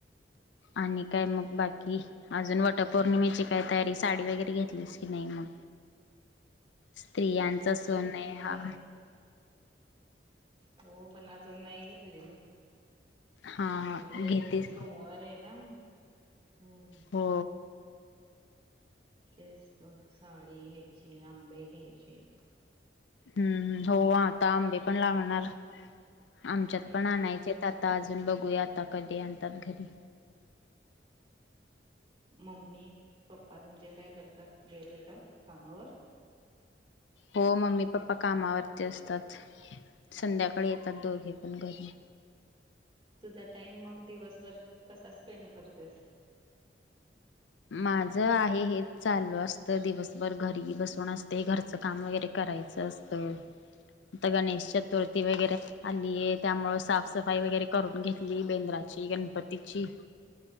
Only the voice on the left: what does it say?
आणि काय मग बाकी अजून वटपौर्णिमेची काय तयारी साडी वगैरे घेतलीस की नाही मग स्त्रियांचा
सन
आहे हा
हा
घेतेस
हो
हम्म हो आता आंबे पण लागणार आमच्यात
पण आणायचेत आता आज अजून बघूया आता कधी आणतात घरी
हो मम्मी पप्पा कामावरती असतात संध्याकाळी येतात दोघे पण घरी
माझ आहे हे चालू असतं दिवसभर घरी बसून असते घरचं काम वगैरे कर उठायचं असत, तर गणेश चतुर्थी
वगैरे- आलीये त्यामुळे साफसफाई वगैरे करून घेतली बेंद्राची गणपतीची.